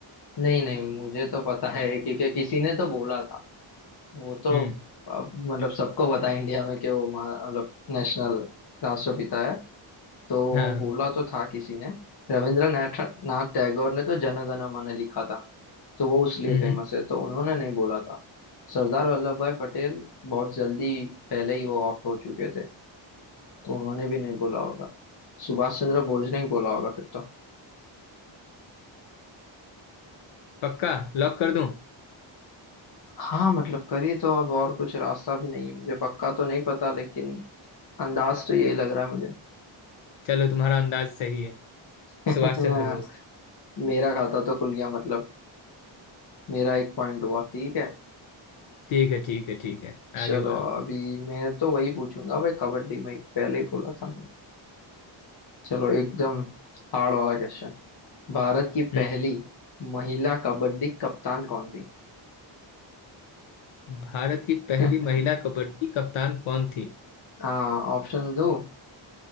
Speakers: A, on the left; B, on the left.
A: नहीं नहीं मुझे तो पता है क्योंकि किसी ने तो बोला था वो तो
B: हम्म
A: अब मतलब सबको पता है इंडिया में कि वो महा- मतलब नेशनल राष्ट्रपिता है तो
B: हाँ हाँ।
A: बोला तो था किसी ने रविंद्रनाथ नाथ टैगोर ने तो जनगण मन लिखा था तो वो उसलिए
B: हम्म
A: फेमस
B: हम्म,
A: है तो उन्होंने नहीं बोला था सरदार वल्लभ भाई पटेल बहुत जल्दी पहले ही वो ऑफ हो चुके थे तो उन्होंने भी नहीं बोला होगा सुभाष चंद्र बोस ने ही बोला होगा फिर तो
B: पक्का लॉक कर दूं
A: हाँ मतलब करिए तो अब और कुछ रास्ता भी नहीं है मुझे पक्का तो नहीं पता लेकिन अंदाज तो यही लग रहा है
B: चलो तुम्हारा अंदाज सही है
A: मुझे
B: सुभाष
A: <laughs>
B: चंद्र बोस
A: मेरा खाता तो खुल गया मतलब मेरा एक पॉइंट हुआ ठीक है
B: ठीक है ठीक है ठीक है
A: चलो
B: आगे बढ़ो
A: अभी मैं तो वही पूछूंगा भाई कबड्डी में पहले ही बोला था मैंने चलो एकदम हार्ड वाला क्वेश्चन भारत की
B: हम्म
A: पहली महिला कबड्डी कप्तान कौन थी
B: भारत की पहली
A: <laughs>
B: महिला कबड्डी कप्तान कौन थी
A: हाँ ऑप्शन दो